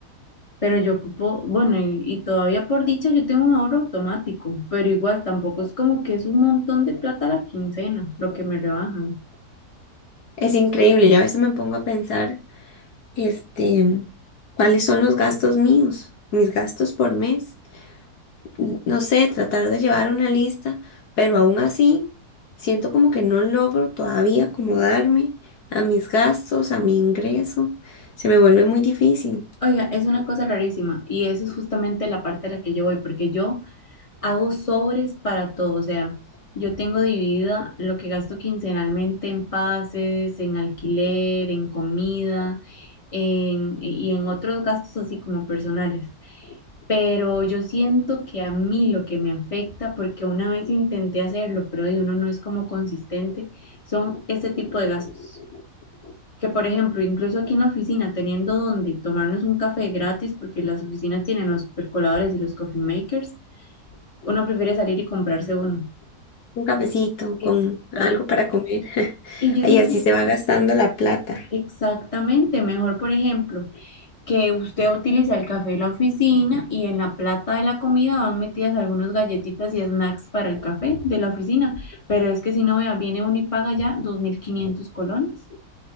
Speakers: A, on the left; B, on the left.
A: pero yo ocupo, bueno, y, y todavía por dicha yo tengo un ahorro automático, pero igual tampoco es como que es un montón de plata a la quincena, lo que me rebajan.
B: Es increíble, yo a veces me pongo a pensar, este, cuáles son los gastos míos, mis gastos por mes. N- No sé, tratar de llevar una lista, pero aún así siento como que no logro todavía acomodarme a mis gastos, a mi ingreso. Se me vuelve muy difícil.
A: Oiga, es una cosa rarísima y eso es justamente la parte a la que yo voy, porque yo hago sobres para todo, o sea, yo tengo dividida lo que gasto quincenalmente en pases, en alquiler, en comida, en, y en otros gastos así como personales. Pero yo siento que a mí lo que me afecta, porque una vez intenté hacerlo, pero de uno no es como consistente, son este tipo de gastos que por ejemplo, incluso aquí en la oficina, teniendo donde tomarnos un café gratis, porque las oficinas tienen los percoladores y los coffee makers, uno prefiere salir y comprarse uno.
B: Un cafecito
A: Exacto.
B: con algo para comer. <laughs>
A: Y yo
B: Y
A: siento
B: así se va gastando la plata.
A: exactamente mejor, por ejemplo, que usted utiliza el café de la oficina y en la plata de la comida van metidas algunas galletitas y snacks para el café de la oficina. Pero es que si no vea, viene uno y paga ya 2.500 colones.